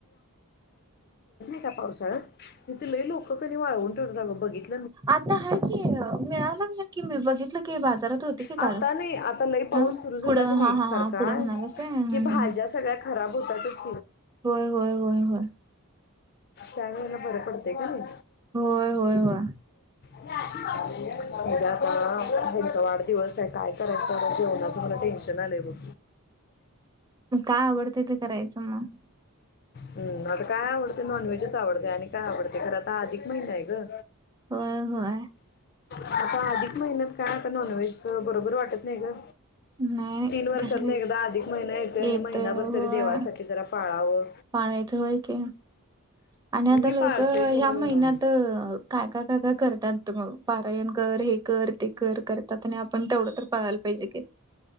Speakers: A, on the left; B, on the right.
A: तथ लय लोक क वाळवून ठेवतात बाबा बघितलय
B: आता हाय की मिळालं कि मी बघितल बाजारात होती की
A: आता
B: काल
A: नाही आता लई पाऊस
B: हा.
A: सुरू झाला
B: पुढं
A: क नाही
B: हा हा
A: सारख
B: हा पुढं म्हणालास व्हय हम्म
A: की भाज्या
B: हम्म
A: सगळ्या खराब होत तद <inaudible>
B: होय होय होय
A: त्यावेेळेला बरं पडतय कनी
B: होय होय होय
A: नाही म्हणजेण हचा वाढदिवस आहे काय करायचं जेवणाच मला टेन्शन आलंय बघ
B: काय आवडतं ते करायचं मग
A: हम् आता काय आवडते नॉन वहेजच आवडते आणि कायवडते ते खराता अधिक महिना आहे ग
B: होय होय.
A: आता अधिक मेहनत काय आता नॉनव्हेज बरोबर वाटत नाही ग
B: नाही
A: तीन वर्षात
B: कशाला
A: ना एकदा अधिक महिना येतोय आणि
B: येतंय
A: महिनाभर
B: होय
A: तरी देवासाठी जरा पाळाव ऑ
B: पाळायचं होय की आणि आता
A: मी
B: लोक
A: पाळते
B: ह्या
A: खरं
B: महिन्यात काय काय काय काय करतात तर मग पारायणकर हे कर ते कर करतात आणि आपण तेवढं तर पाळायला पाहिजे की.